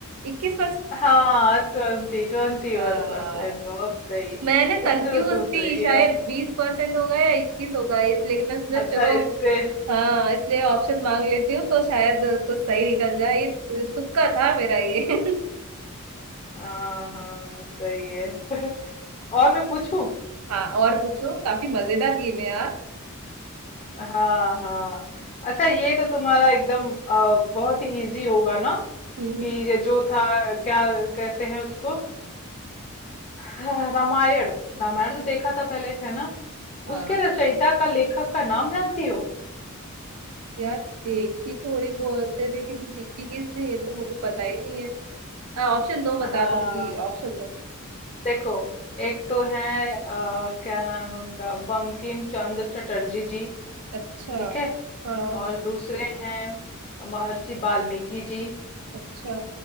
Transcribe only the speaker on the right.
इक्कीस
परसेंट
मैं ना कंफ्यूज
थी शायद
बीस परसेंट होगा या इक्कीस होगा इसलिए मैं सोचा
चलो
हाँ इसलिए ऑप्शन मांग लेती हूँ तो शायद कुछ सही निकल जाए ये तुक्का था
मेरा ये <laughs>
हाँ और पूछो काफी मजेदार गेम है यार
हम्म
हाँ
यार देखी थोड़ी बहुत है लेकिन दिखी किसने ये तो मुझे पता ही नहीं है हाँ ऑप्शन दो
बता दूंगी ऑप्शन दो
अच्छा
हाँ
अच्छा